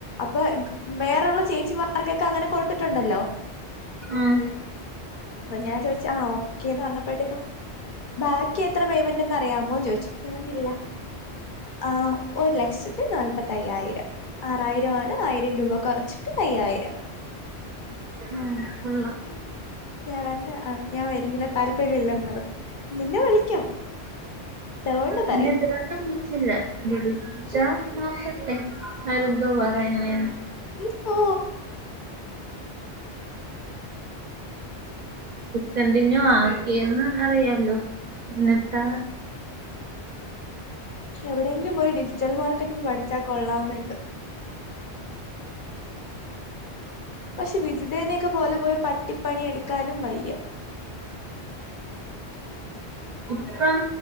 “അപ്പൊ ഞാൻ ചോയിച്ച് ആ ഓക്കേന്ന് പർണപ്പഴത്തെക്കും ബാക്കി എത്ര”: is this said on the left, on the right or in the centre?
Left